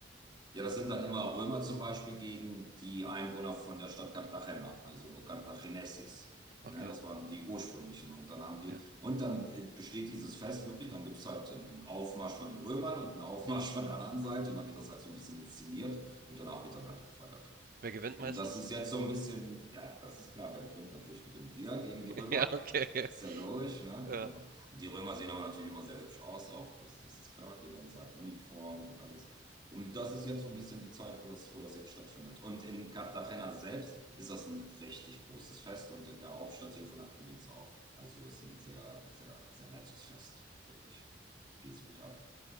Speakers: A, on the right; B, on the right.
A: Ja, das sind dann immer Römer zum Beispiel gegen die Einwohner von der Stadt Cartagena, also Cartagenesis.
B: Okay,
A: Ne, das waren die ursprünglichen. Und dann haben die,
B: ja.
A: und dann äh, besteht dieses Fest wirklich, dann gibt es halt einen Aufmarsch von den Römern und einen Aufmarsch von der anderen Seite. Und dann wird das halt so ein bisschen inszeniert und danach wird dann halt gefeiert.
B: Wer gewinnt
A: Und
B: meistens?
A: das ist jetzt so ein bisschen, ja, das ist klar, wer gewinnt, natürlich gewinnen wir gegen
B: <laughs>
A: die Römer.
B: Ja, okay. Ja,
A: Ist ja logisch, ne?
B: Ja,
A: Genau. Die Römer sehen aber natürlich immer sehr hübsch aus auch, das, das ist klar, jeder in seiner Uniform und alles. Und das ist jetzt so ein bisschen die Zeit, wo das, wo das jetzt stattfindet. Und in Cartagena selbst ist das ein richtig großes Fest und in der Hauptstadt hier von der Provinz auch. Also ist ein sehr, sehr, sehr nettes Fest, wirklich. Geht's gut ab.